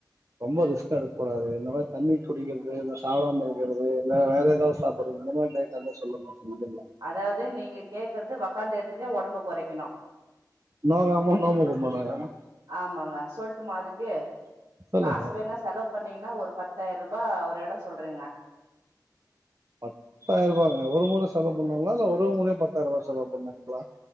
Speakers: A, on the right; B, on the right.
A: ரொம்பா
B: ம்
A: ரிஸ்க அட கூடாது இந்த மாிரி தண்ணி குடிக்கிறது இந்த சாட பகிறது வேற ஏதாவது சாப்பிடுறது இந்த மாிரி சொல்லு
B: அதாவது நீங்க கேக்குறது அந்த இடத்துலயே உடம்ப குறைக்கணும்
A: நோகாம நோம்பு கும்பிடுங்க
B: ஆமாங்க சொல்லட்டுமா அதுக்கு
A: சொல்லுங்க
B: காசு வேணா செலவு பண்ணீங்கன்னா ஒரு பத்தாயிரம் ரூபாய அப்பா ஒரு இடம் சொல்றங்க
A: பத்தாயிரம் ரூபாங்க ஒரு முறை செலவு பண்ணாங்களா இல்ல ஒரு முறையும் பத்தாயிரம் ரூபாய் செலவு பண்ணாங்களா